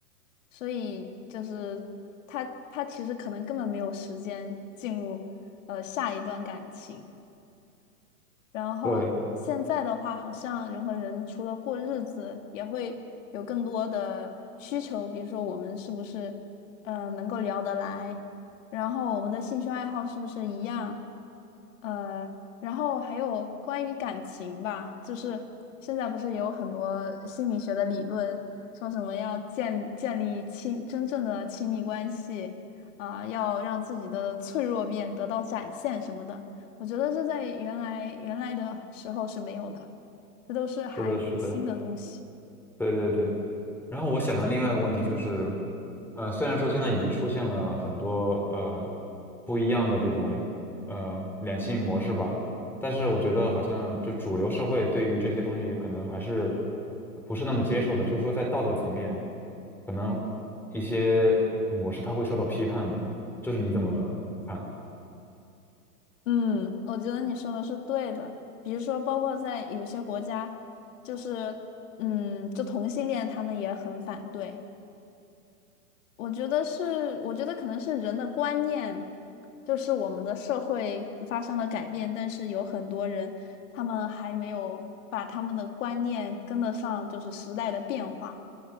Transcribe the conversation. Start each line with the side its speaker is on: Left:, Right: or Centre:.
Left: 所以就是他他其实可能根本没有时间进入呃下一段感情。然后现在的话，
Centre: 对，
Left: 好像人和人除了过日子，也会有更多的需求，比如说我们是不是呃能够聊得来，然后我们的兴趣爱好是不是一样，呃，然后还有关于感情吧，就是现在不是有很多心理学的理论，说什么要建建立亲真正的亲密关系，啊、要让自己的脆弱面得到展现什么的。我觉得这在原来原来的时候是没有的，这都是还蛮新的东西。
Centre: 是的，是的。对对对。然后我想的另外一个问题就是，呃，虽然说现在已经出现了很多呃不一样的这种呃两性模式吧，但是我觉得好像就主流社会对于这些东西可能还是不是那么接受的，就是说在道德层面，可能一些模式它会受到批判的，就是你怎么看？
Left: 嗯，我觉得你说的是对的。比如说，包括在有些国家，就是嗯，就同性恋他们也很反对。我觉得是，我觉得可能是人的观念，就是我们的社会发生了改变，但是有很多人他们还没有把他们的观念跟得上，就是时代的变化。